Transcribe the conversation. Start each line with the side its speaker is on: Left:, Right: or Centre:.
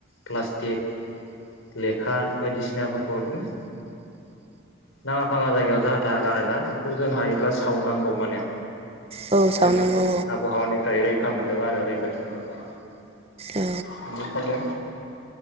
Left: प्लास्टिक, लेखा बायदिसिनाफोरखौ इदिनो नाङा फाङा जायगायाव जाहाथा गारोना बेखौ जों हायोब्ला सावनांगौ माने
Right: औ सावनांगौ
Left: जों आबहावानिफ्राय रैखा मोनोबा आरो रैखाथि मोनोब्ला
Right: औ
Left: बेनिखायनो